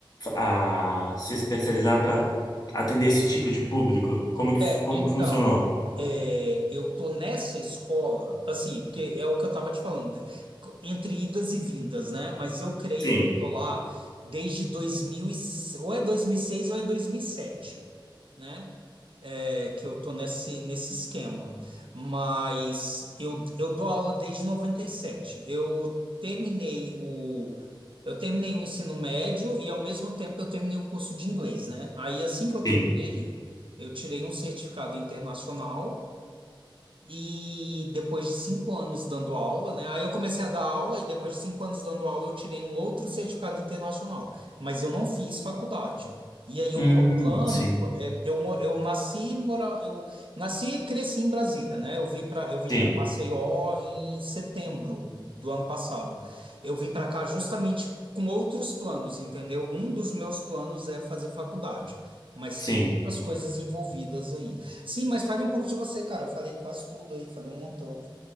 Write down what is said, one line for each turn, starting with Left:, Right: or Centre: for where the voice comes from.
Left: a se especializar para atender esse tipo de público? Como que
Right: É,
Left: como
Right: então,
Left: que funcionou?
Right: é, eu tô nessa escola, assim, porque é o que eu tava te falando, de- entre idas e vindas, né? Mas eu creio
Left: Sim,
Right: que eu tô lá desde dois mil e, ou é 2006 ou é 2007, né? é, que eu tô nesse, nesse esquema. Mas eu, eu dou aula desde 97. Eu terminei o, eu terminei o ensino médio e, ao mesmo tempo, eu terminei o curso de inglês, né? Aí, assim que eu terminei,
Left: sim.
Right: eu tirei um certificado internacional. E depois de cinco anos dando aula, né? Aí eu comecei a dar aula e depois de cinco anos dando aula eu tirei um outro certificado internacional. Mas eu não fiz faculdade. E aí
Left: Hum,
Right: o meu plano,
Left: sim,
Right: é, eu, mo- eu nasci, mora, eu nasci e cresci em Brasília, né? Eu vim para eu vim
Left: sim,
Right: para Maceió em setembro do ano passado. Eu vim para cá justamente com outros planos, entendeu? Um dos meus planos é fazer faculdade, mas
Left: sim.
Right: tem outras coisas envolvidas aí. Sim, mas fale um pouco de você, cara. Eu falei quase tudo aí, falei um montão.